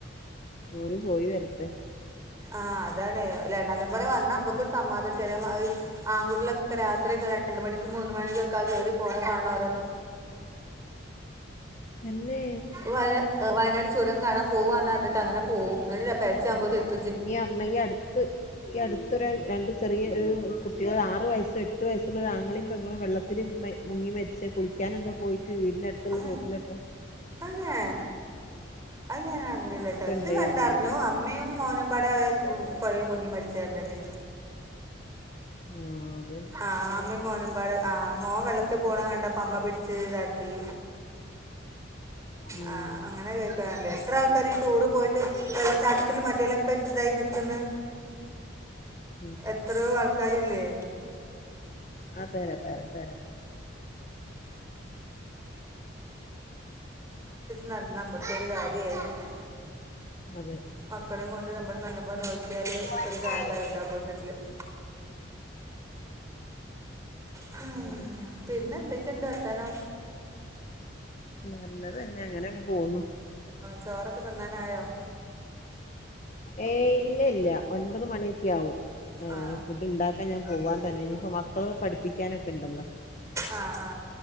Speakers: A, on the left; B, on the right.
A: ഓര് പോയി വരട്ടെ
B: ആഹ് അതാണ് ല നല്ല പോലെ വന്നാ മ്മക്കൊരു സമാ ചെറിയ ആ ആൺകുട്ടിലൊക്കെ രാത്രി ഒക്കെ രണ്ട് മണിക്ക് മൂന്ന് മണിക്കൊക്ക കേറി പോണ കാണണം ഓരോന്ന്
A: തന്നെ
B: വയനാ വയനാട് ചുരം കാണാൻ പോവാന്ന് പറിഞ്ഞിട്ട് അങ്ങനെ പോകും എന്നിട്ട് പേ ച മുദത്ത്
A: ഈ അമ്മ അടുത്ത് ഈ അടുത്തൊരു രണ്ട് ചെറിയ ഒരു കു ആറ് വയസ്സ് എട്ട് വയസ്സുള്ള ഒരാങ്ങളും പെങ്ങളും വെള്ളത്തില് മ മുങ്ങി മരിച്ച് കുളിക്കാൻ എന്താ പോയി വീടിന് അടുത്തുള്ള
B: ആ,
A: തോട്ടിലാറ്റോ
B: ആണേ അത് ഞാൻ അറിഞ്ഞില്ല ട്ടോ അത്
A: ഇണ്ടായിരുന്നു
B: കണ്ടറിഞ്ഞു
A: ഈ അടുത്ത്
B: അമ്മയും മോനും പട പുഴയി മുങ്ങി മരിച്ചരുന്നട്ടീ
A: ആഹാ
B: ആഹാ അമ്മയും മോനുമ്പാട് ആഹാ മോൻ വെള്ളത്തിൽ പോണ കണ്ടപ്പ അമ്മ പിടിച്ച് ഇതാക്കി
A: ഉം
B: ആ അങ്ങനെ കേക്കാറുണ്ട് എത്ര ആൾക്കാർ ഈ ടൂറ് പോയിട്ട് വെള്ളച്ചാട്ടത്തിൽ മറ്റേലൊക്കെ ഇതായി നിൽക്കുന്നു
A: ഉം
B: എത്രയോ ആൾക്കാരില്ലേ
A: അതെ അതെ അതെ അതെ
B: ന നമുക്ക് ഒരു കാര്യം ആയി
A: അതെ
B: മക്കളെയും കൊണ്ട് നമു <unintelligible>
A: ഉം
B: ഒരു കാർ ഡ്രൈവ് <inaudible> ഹ
A: അതെ
B: പിന്നെ എന്തൊക്ക എന്താണ് വർത്താനം
A: നല്ലത് തന്നെ അങ്ങനെ അങ്ങ് പോകുന്നു
B: ചോറ് ഒക്കേ തിന്നാറായോ
A: ഏയ് ഇല്ലില്ലാ ഒമ്പതുമണി ഒക്കെ ആവും മും
B: ആ
A: ഫുഡ് ഉണ്ടാക്കാൻ ഞാൻ പോവാന്ന് അതിന് മക്കളെ പഠിപ്പിക്കാൻ ഒക്കേ ഒണ്ടല്ലോ
B: ആ ആ